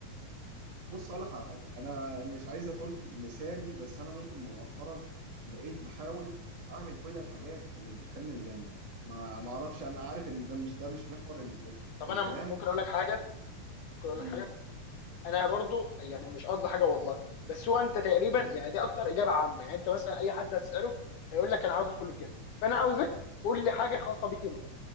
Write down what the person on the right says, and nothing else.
بص اقول لك على حاجه انا مش عايز اكون مثالي بس انا ممكن مؤخرا بقيت بحاول اعمل كل الحاجات اللي تدخلني الجنه ما ما اعرفش انا عارف ان ده مش ده مش محور ال ال
الكلام
مم.
مم.